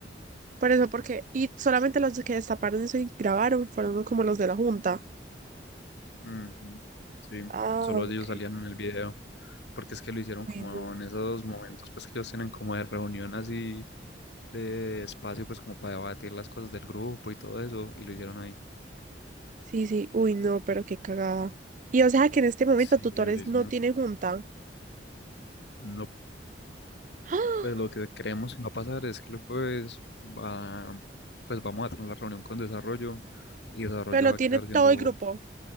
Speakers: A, on the right (about 45°); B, on the left (about 70°).
A: por eso, porque, y solamente los que destaparon eso y grabaron fueron como los de la junta.
B: Ujú, Sí,
A: Ah,
B: solo
A: ok.
B: ellos salían en el video, porque es que lo hicieron
A: Uy,
B: como
A: no.
B: en esos momentos pues que ellos tienen como de reunión así de espacio pues como para debatir las cosas del grupo y todo eso, y lo hicieron ahí.
A: Sí, sí, uy, no, pero qué cagada. Y o sea que en este momento
B: Sí,
A: tutores
B: durísimo.
A: no tiene junta.
B: No,
A: ¡Ah!
B: pues lo que creemos que va a pasar es que el jueves va, pues vamos a tener la reunión con desarrollo y desarrollo
A: Pero lo
B: va
A: tiene
B: a quedar
A: todo
B: siendo
A: el grupo.